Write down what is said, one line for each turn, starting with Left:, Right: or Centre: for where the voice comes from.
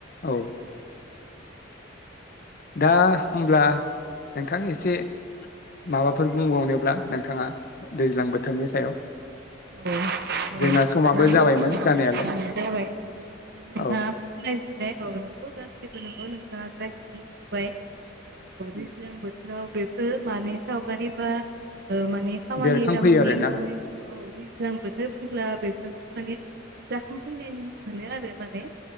Left: औ दा होमब्ला नोंथां एसे माबाफोर बुंबावनोब्ला नोंथाङा दैज्लां बोथोरनि सायाव
Right: औ औ
Left: जोंना समाबो
Right: नंगौ
Left: जाबायमोन
Right: दा
Left: जानायालाय
Right: नोथाङा
Left: औ
Right: फोरमायजोबनाय औ नोंगौ गासिबो नंगौ नोंथाङा जाय बुंबाय औ दैज्लां बोथोराव बेफोर माने सावगारि बा औ माने खामानि
Left: बेरखांफैयो
Right: दामानि
Left: आरोना
Right: मावनायखौ औ दैज्लां बोथोर बुंब्ला बेफोरखौ माने जाखांफैनाय मोनो आरो माने